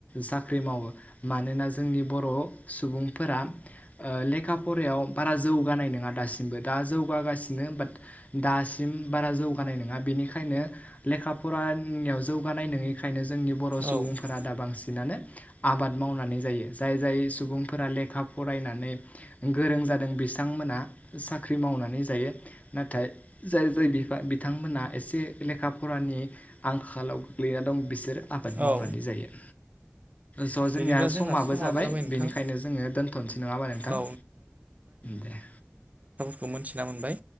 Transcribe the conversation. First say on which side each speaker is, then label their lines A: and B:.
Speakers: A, on the left (about 35°); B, on the right (about 35°).
A: साख्रि मावो। मानोना जोंनि बर' सुबुंफोरा ओ लेखा फरायायाव बारा जौगानाय नोङा दासिमबो। दा जौगागासिनो बाट दासिम बारा जौगानाय नोङा। बेनिखायनो लेखा फरानियाव जौगानाय नङिखायनो जोंनि बर' सुबुंफोरा
B: औ
A: दा बांसिनानो आबाद मावनानै जायो। जाय जाय सुबुंफोरा लेखा फरायनानै गोरों जादों बिथांमोना साख्रि मावनानै जायो। नाथाय जाय जाय बिफा बिथांमोनहा एसे लेखा फरानि आंखालाव गोग्लैना दं बिसोर आबाद
B: औ
A: मावनानै जायो। स' जोंनिया
B: बिदिब्ला
A: समाबो
B: जोंना
A: जाबाय
B: नोंथां
A: बेनिखायनो जोङो दोन्थ'नोसै नङाबा नोंथां
B: औ
A: दे।
B: खौ मोन्थिना मोनबाय।